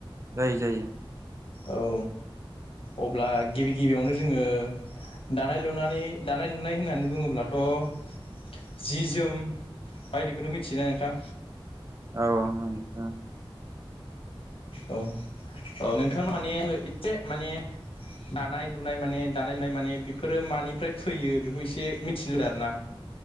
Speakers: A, on the right (about 35°); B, on the left (about 75°).
A: जायो जायो।
B: औ अब्ला गिबि गिबियावनो जोङो दानाय लुनानै दानाय लुनाय होननानै बुङोब्लाथ' जि जोम बायदिखौनो मिथियोना नोंथां?
A: औ ओ ओ ओं।
B: औ औ औ नोंथां माने आङो एदसे माने दानाय लुनाय माने दानाय लुनाय माने बेफोरो मानिफ्राय फैयो बेखौ इसे मिथिनो लुबैदों आरना।